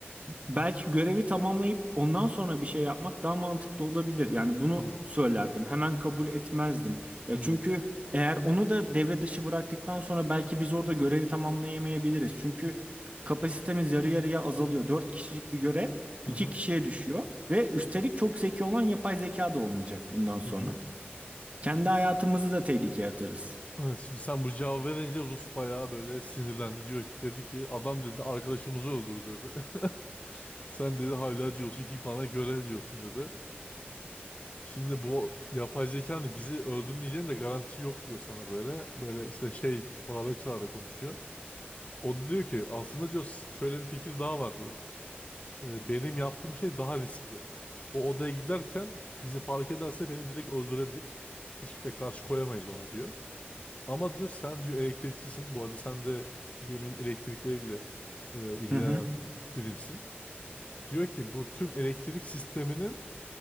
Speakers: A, on the right (about 35°); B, on the left (about 35°).
A: Belki görevi tamamlayıp ondan sonra bir şey yapmak daha mantıklı olabilir. Yani bunu
B: hı
A: söylerdim. Hemen kabul etmezdim. Ya
B: hı
A: çünkü
B: hı
A: eğer onu da devre dışı bıraktıktan sonra belki biz orada görevi tamamlayamayabiliriz. Çünkü kapasitemiz yarı yarıya azalıyor. 4 kişilik bir görev
B: hı
A: 2 kişiye düşüyor ve üstelik çok zeki olan yapay zeka da olmayacak bundan sonra.
B: hı. hı.
A: Kendi
B: Şimdi,
A: hayatımızı
B: s-
A: da tehlikeye atarız.
B: evet, şimdi sen bu cevabı verince Rus bayağı böyle sinirlendi diyor ki dedi ki adam dedi arkadaşımızı öldür dedi. <laughs> Sen dedi hala diyorsun ki bana göre diyorsun dedi. Şimdi bu yapay zekanın bizi öldürmeyeceğinin de garantisi yok diyor sana böyle. Böyle işte şey bağıra çağıra konuşuyor. O da diyor ki aslında diyor şöyle bir fikir daha var diyor. E, benim yaptığım şey daha riskli. O odaya giderken bizi fark ederse beni direkt öldürebilir. Hiç de karşı koyamayız ona diyor. Ama diyor sen diyor elektrikçisin. Bu arada sen de geminin elektrikleriyle e, ilgilenen
A: Hı hı.
B: birimsin. Diyor ki bu tüm elektrik sisteminin